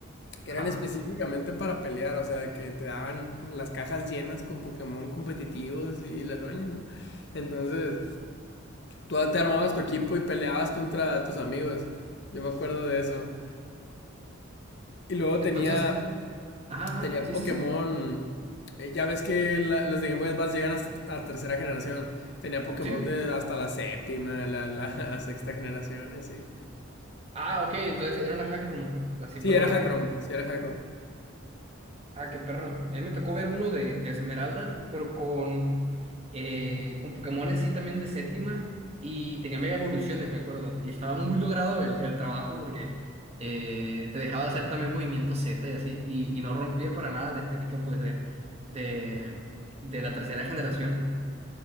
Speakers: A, on the left (about 55°); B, on the right (about 30°).
A: que
B: ajá.
A: eran específicamente para pelear, o sea, que te daban las cajas llenas con Pokémon competitivos y la roña, ¿no? Entonces, tú te armabas tu equipo y peleabas contra tus amigos. Yo me acuerdo de eso. Y luego
B: Entonces,
A: tenía,
B: ajá, ajá,
A: tenía
B: sí,
A: Pokémon.
B: sí, sí,
A: eh, ya ves que la- las de Game Boy Advance llegan hasta a tercera generación. Tenía Pokémon
B: sí.
A: de hasta la séptima, la, la, <laughs> la sexta generación y así.
B: Ah, ok, entonces era una hack room, así
A: Sí,
B: perrona.
A: era Hackrom. Sí, era Hackrom.
B: Ah, qué perro. A mí me tocó ver uno de, de Esmeralda, pero con, eh, con Pokémon así también de séptima. Y tenía mega evoluciones, me acuerdo. Y estaba muy logrado el, el trabajo porque eh, te dejaba hacer también movimiento Z y así. Y, y no rompía para nada la estética pues de, de, de la tercera generación.